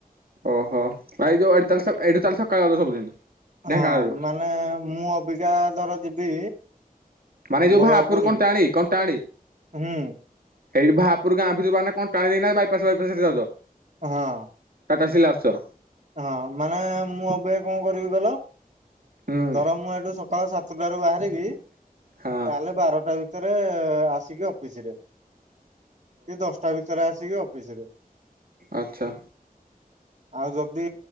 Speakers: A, on the right; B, on the right.
A: ଓହୋ ଭାଇ ଯୋଉ ଏଠୁ, ଏଠୁ ତାହାଲେ ସକାଳୁ ଯାଉଚ ସବୁଦିନ?
B: ହଁ
A: ଢେଙ୍କାନାଳରୁ
B: ମାନେ ମୁଁ ଅବିକା ଧର ଯିବି
A: ମାନେ
B: ଆମର
A: ଯୋଉ ଭାପୁର
B: କୋଉଠିକି
A: ଯୋଉ କଣ୍ଟାଳି କଣ୍ଟାଳି?
B: ହୁଁ
A: ସେଇ ବାହାପୁର ଗାଁ ଭିତୁରୁ ବହାରିନେ କଣ୍ଟାଳି ଦେଇକିନା ନା ବାଇପସ ବାଇପାଶ୍ ରେ ଯାଉଚ?
B: ହଁ।
A: ଟାଟା ଷ୍ଟିଲ ଆସୁଚ?
B: ହଁ ମାନେ ମୁଁ ଅବିକା କଣ କରିବି କହିଲ,
A: ହୁଁ।
B: ଧର ମୁଁ ଏଠୁ ସକାଳ ସାତ ସାତୁଟାରୁ ବାହାରିବି
A: ହଁ
B: ତାହେଲେ ବାରଟା ଭିତରେ ଆସିକି ଅଫିସ ରେ। କି ଦଶଟା ଭିତରେ ଆସିକି ଅଫିସ ରେ।
A: ଆଛା।
B: ଆଉ ଯୋଉ ଦି